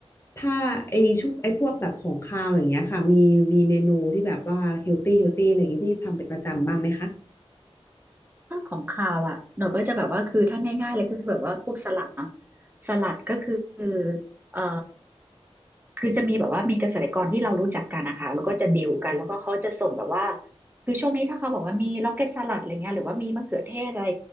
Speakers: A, on the left; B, on the right.
A: ถ้าไอชุบไอพวกแบบของคาวอย่างเงี้ยค่ะมีมีเมนูที่แบบว่าเฮลตี้เฮลตี้อะไรอย่างเงี้ยที่ทำเป็นประจำบ้างไหมคะ
B: ถ้าของคาวอ่ะหนูก็จะแบบว่าคือถ้าง่ายๆเลยก็คือแบบว่าพวกสลัดเนาะสลัดก็คือเอ่อ คือจะมีแบบว่ามีเกษตรกรที่เรารู้จักกันนะคะแล้วก็จะดีลกันแล้วก็เขาจะส่งแบบว่าคือช่วงนี้ถ้าเขาบอกว่ามีล็อกเก็ตสลัดอะไรเงี้ยหรือว่ามีมะเขือเทศอะไร